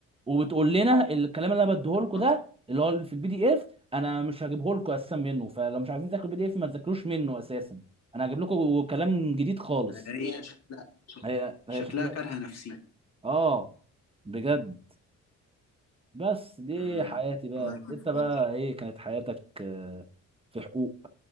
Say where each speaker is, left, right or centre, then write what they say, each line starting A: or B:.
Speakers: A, on the right; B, on the left.
A: وبتقول لنا الكلام اللي انا بديه لكم
B: آه.
A: ده اللي هو في البي دي اف انا مش هجيبه لكم اساسا منه فلو مش عايزين تاكلوا البي دي اف ما تذاكروش منه اساسا انا هجيب لكم كلام جديد خالص
B: هي شكلها
A: هي
B: شكلها
A: هي شكلها
B: كارهة نفسي
A: اه بجد بس دي
B: امم
A: حياتي بقى
B: الله يكون
A: انت
B: في
A: بقى
B: عونك.
A: ايه كانت حياتك آه، في حقوق